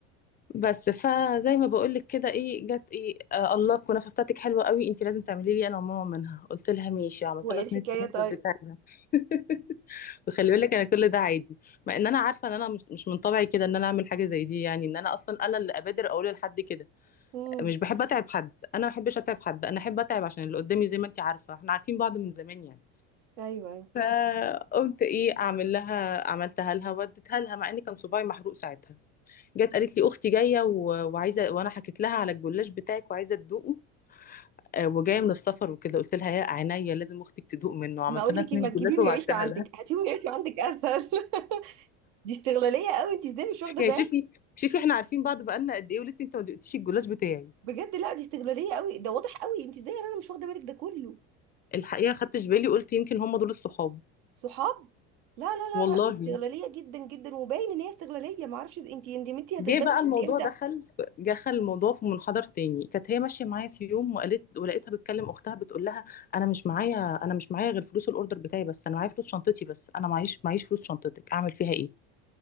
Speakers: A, on the left (about 25°); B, on the right (about 75°).
A: بس فزي ما بقول لك كده ايه جت ايه آه الله الكنافه بتاعتك حلوه قوي انت لازم تعملي لي انا وماما منها قلت لها ماشي عملت
B: وايه
A: لها
B: الحكاية
A: صينيه كنافه
B: طيب
A: واديتها لها <laughs> وخلي بالك انا كل ده عادي مع ان انا عارفه ان انا مش مش من طبعي كده ان انا اعمل حاجه زي دي يعني ان انا اصلا انا اللي ابادر اقول لحد كده
B: امم
A: مش بحب اتعب حد انا ما بحبش اتعب حد انا احب اتعب عشان اللي قدامي زي ما انت عارفه احنا عارفين بعض من زمان يعني
B: ايوه ايوه
A: فقمت ايه اعمل لها عملتها لها وديتها لها مع ان كان صباعي محروق ساعتها جت قالت لي اختي جايه و- وعايزه وانا حكيت لها على الجلاش بتاعك وعايزه تدوقه آه، وجايه من السفر وكده قلت لها يا عينيا لازم اختك تدوق منه عملت
B: ما اقول
A: لها
B: لك
A: سنين
B: ايه ما
A: جلاش
B: تجيبيهم
A: وبعتها
B: يعيشوا عندك هاتيهم يعيشوا عندك اسهل <laughs> دي استغلالية قوي انت ازاي مش واخدة
A: يعني
B: بالك
A: شوفي شوفي احنا عارفين بعض بقالنا قد ايه ولسه انت ما دقتيش الجلاش بتاعي
B: بجد لا دي استغلاليه قوي ده واضح قوي انت ازاي يا رنا مش واخده بالك ده كله
A: الحقيقه خدتش بالي قلت يمكن هم دول الصحاب
B: صحاب لا لا
A: والله
B: لا لا دي استغلاليه جدا جدا وباين ان هي استغلاليه ما اعرفش انت ندمتي هتفضلي
A: جه بقى
B: لحد
A: الموضوع
B: امتى
A: دخل في- دخل الموضوع في منحدر تاني كانت هي ماشيه معايا في يوم وقالت ولقيتها بتكلم اختها بتقول لها انا مش معايا انا مش معايا غير فلوس الاوردر بتاعي بس انا معايا فلوس شنطتي بس انا معيش معيش فلوس شنطتك اعمل فيها ايه